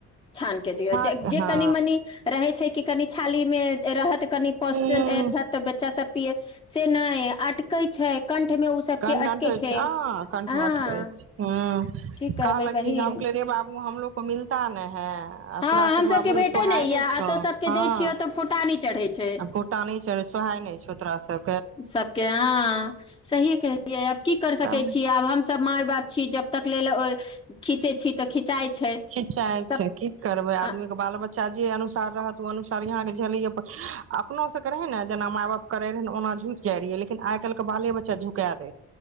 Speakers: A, on the left (about 15°); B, on the right (about 50°).
A: छान के दियौ
B: छाक
A: जे जे
B: हँ
A: कनि-मनि रहै छै कि कनि छाली मे ए रहत तनि पोषण
B: हूँ
A: आएल रेहा ते बच्चा सब पियत से नै अटकै छै। कंठमे ओ सभके
B: कठं मे
A: अटकै
B: अटके छै आ कंठ
A: हँ
B: मे अटकै छै, ह्म्म
A: की कहबै
B: कहलक
A: बहिन
B: कि जे हम कहलौ रे बाबू हमलोग को मिलता नै हय। आ
A: हँ
B: तोरा सबके
A: हमसभके
B: बाबू
A: भेटै
B: रे सोहाय
A: नहि यए
B: नै
A: आ
B: छौ,
A: तो सभके
B: हाँ
A: दै छियौ तऽ फुटानी चढ़ै छै
B: अ फूटानी छो सोहाय नै छौ तोरा सब
A: सबके हाँ सहिये कह <unintelligible> की कर सकै
B: तब
A: छी आब हम सब माय। बात छी जब तक लेल ओय खीचे छी। तऽ खिंचाइ छै
B: खिचाय
A: सब
B: छै की करबै आदमीे
A: आ
B: के बाल-बच्चा जे अनुसार रहत उ अनु सार यहाँ के झेलैये पर अपनो सब के रहे ने जेना माय-बाप करे रहे ने ओना झुक जाय रिहै, लेकिन आय काल के बाले बच्चा झुका दे